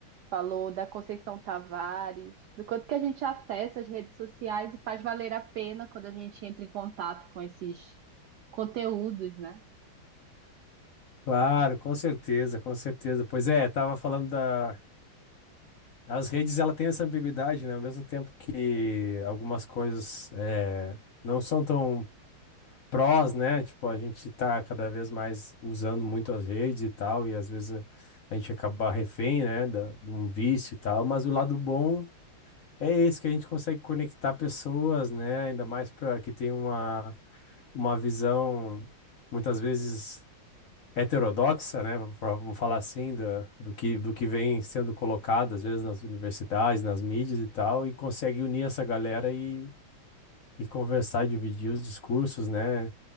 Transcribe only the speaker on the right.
falou da Conceição Tavares, do quanto que a gente acessa as redes sociais e faz valer a pena quando a gente entra em contato com esses conteúdos, né?